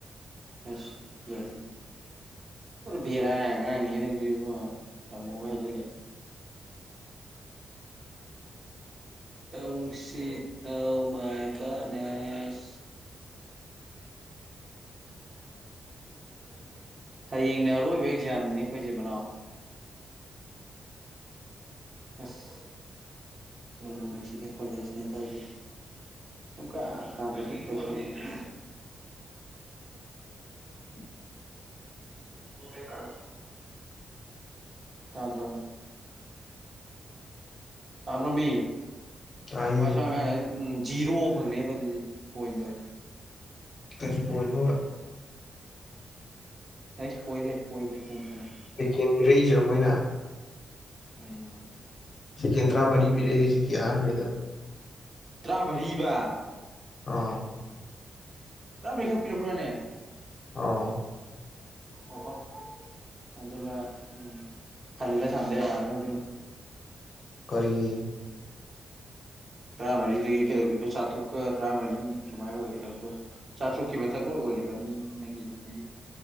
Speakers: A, on the right; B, on the left.
A: ꯑꯁ <unintelligible> ꯄꯨꯔꯥ ꯕꯦꯔꯥ ꯑꯉꯥꯡꯅꯤ ꯅꯪꯁꯨ ꯏꯕꯣ ꯊꯝꯃꯣꯒ ꯍꯥꯏꯖꯜꯂꯛꯦ ꯑꯧꯁꯤꯠ ꯑ ꯃꯥꯏ ꯀ ꯅꯁ <unintelligible> <unintelligible> ꯍꯌꯦꯡꯅ ꯑꯔꯣꯏꯕ ꯑꯦꯛꯖꯥꯝꯅꯤꯅꯦ ꯑꯩꯈꯣꯏꯁꯦ ꯃꯅꯥꯎ ꯑꯁ ꯅꯨꯪꯕꯨ ꯅꯨꯪꯁꯤꯟꯅꯦ ꯀꯣꯂꯦꯖ ꯅꯤ ꯇꯧꯔꯤꯁꯦ ꯀ ꯑ ꯀꯥ ꯄꯁꯕꯤ <unintelligible>
B: <inaudible>
A: ꯀ <inaudible> ꯇꯥꯗ꯭ꯔꯣ
B: <inaudible>
A: ꯇꯥꯕꯔꯥꯃꯤ
B: ꯇꯥꯏꯃꯤ
A: ꯋꯥꯁꯨꯉꯥꯡꯉꯥꯡꯗꯔ ꯎꯝ ꯖꯤꯔꯣ ꯐꯪꯅꯤꯕꯥ ꯑꯗꯨꯗꯤ ꯄꯣꯏꯟꯗꯣ
B: ꯀꯔꯤ ꯄꯣꯏꯅꯑꯣꯕꯥ
A: ꯑꯩ ꯄꯣꯏꯟ ꯂꯩ ꯄꯣꯏ ꯂꯩ ꯅꯪ ꯈꯪꯉꯣꯏ
B: ꯄꯀꯦꯟ ꯄꯤꯔꯛꯏꯁꯤꯔꯣꯃꯣꯏꯅ <unintelligible>
A: ꯎꯝ
B: ꯁꯤꯀꯦꯟꯗ ꯇꯔꯥꯃꯔꯤ ꯄꯤꯔꯛꯑꯦ ꯍꯦꯖꯤꯛꯀꯤ ꯑꯍꯥꯟꯕꯩꯗ
A: ꯇꯔꯥꯃꯔꯤꯕ
B: <unintelligible>
A: ꯇꯔꯃꯔꯤ ꯈꯛ ꯄꯤꯔꯛ ꯄꯔꯥꯅꯦ
B: <unintelligible>
A: ꯑꯣꯍꯣ ꯑꯃ ꯎꯝ ꯐꯜ ꯁꯗꯌꯥ <unintelligible>
B: ꯀꯔꯤꯒꯤ
A: ꯇꯔꯥꯃꯔꯤꯗꯤ ꯀꯩꯗꯧꯗꯣꯏꯔꯤꯕ ꯆꯥꯇ꯭ꯔꯨꯛꯀ ꯇꯔꯥꯃꯔꯤ ꯁꯨꯃꯥꯏꯅ ꯑꯣꯏꯒꯗꯕꯗꯣ ꯆꯥꯇ꯭ꯔꯨꯛꯀꯤ ꯃꯊꯛ ꯂꯣꯏ ꯑꯣꯏꯒꯗꯕꯅꯤ ꯅꯪꯒꯤꯗꯨꯗꯤ